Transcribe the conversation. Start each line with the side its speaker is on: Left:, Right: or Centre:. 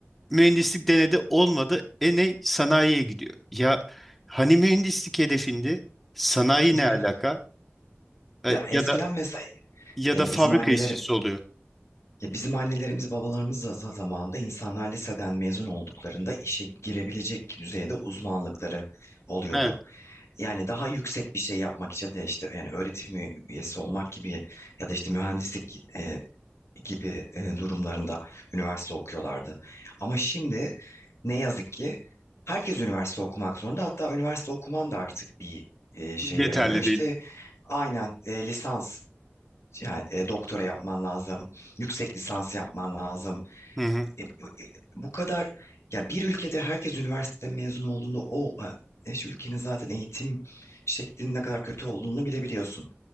Centre: mühendislik denedi olmadı. E ne? Sanayiye gidiyor. Ya hani mühendislik hedefinde sanayi
Left: <laughs>
Centre: ne alaka? E,
Left: Ya eskiden
Centre: ya da
Left: mesela
Centre: ya
Left: e,
Centre: da Evet,
Left: bizim
Centre: fabrika
Left: anneleri,
Centre: yanlış. işçisi oluyor.
Left: ya bizim annelerimiz babalarımız da za- zamanında insanlar liseden mezun olduklarında işe girebilecek düzeyde uzmanlıkları oluyordu.
Centre: Evet.
Left: yani daha yüksek bir şey yapmak için de işte yani öğretim üye- üyesi olmak gibi ya da işte mühendislik e, gibi e, durumlarında üniversite okuyorlardı. Ama şimdi ne yazık ki herkes üniversite okumak zorunda. Hatta üniversite okuman da artık bir e, şey
Centre: Evet, Yeterli
Left: yaramıyor.
Centre: evet.
Left: İşte
Centre: değil.
Left: aynen e, lisans yani e, doktora yapman lazım. Yüksek lisans yapman lazım
Centre: Hı hı.
Left: e, e, e, e, bu kadar ya bir ülkede herkes üniversite mezunu olduğunda o e, şu ülkenin zaten eğitim şeklinin ne kadar kötü olduğunu bilebiliyorsun.